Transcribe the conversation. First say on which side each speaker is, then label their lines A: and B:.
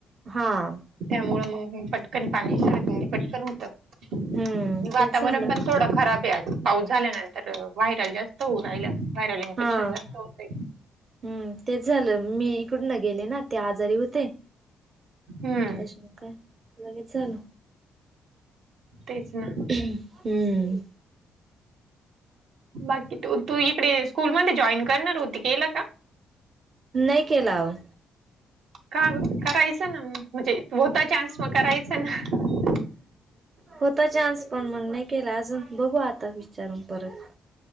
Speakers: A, on the right (about 35°); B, on the right (about 75°).
A: हां.
B: त्यामुळें मग पट पण पाणी सारे पटकण होतं, आणि
A: हम्म
B: वातावरण
A: तेच झालं
B: पण थोडं खराब आहे आज. पाऊस झाल्यानंतर व्हायरल जास्त होऊन राहिल, व्हायरल इन्फेक्शन
A: हा
B: जास्त होतंय.
A: हम्म, तेच झालं मी इकडन गेले, ना ते आजारी होते‌
B: हम्म
A: त्यांच्या मग काय, लगेच झालं.
B: तेच ना,
A: हम्म.
B: बाकी तू तू इकडे स्कूल मध्ये, जॉईन करणार होती केल का?
A: नाही केलाव.
B: का गं करायचं ना म्हणजे होता, चान्स मग करायचा ना‌.
A: होता चान्स पण मंग नाही केला, अजून बघू आता विचारून परत.